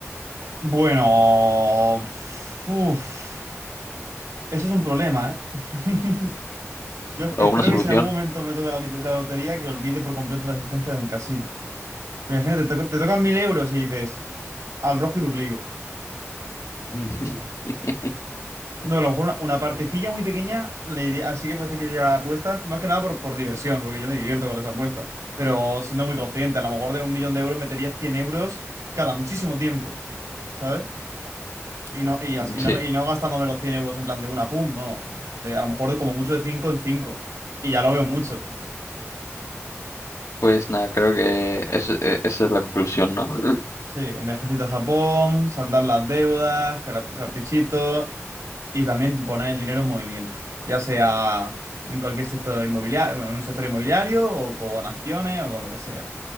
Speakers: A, on the right (about 85°); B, on the left (about 80°).
A: Bueno, uf, eso es un problema, ¿eh? <laughs> Yo
B: O
A: espero
B: una solución.
A: que si en algún momento me toca la, lit- la lotería, que olvide por completo la existencia de un casino. Pero imagínate, te, to- te tocan mil euros y dices, al rojo y duplico.
B: Mm. <laughs>
A: No, a lo mejor una, una partecilla muy pequeña, le iría- así que puede ser que iría a apuestas, más que nada por, por diversión, porque yo me divierto con las apuestas. Pero siendo muy consciente, a lo mejor de un millón de euros metería 100 euros cada muchísimo tiempo, ¿sabes? Y no, y, así- y
B: Sí,
A: no, me- y no gastándome los 100 euros en plan de una, pum, no. De, a lo mejor de como mucho de cinco en cinco Y ya lo veo mucho.
B: pues nada, creo que es- e- esa es la conclusión, ¿no? <laughs>
A: Sí, un viajecito a Japón, saldar las deudas, cara- caprichitos y también poner el dinero en movimiento. Ya sea en cualquier sector inmobiliario, en un sector inmobiliario o con acciones o con lo que sea.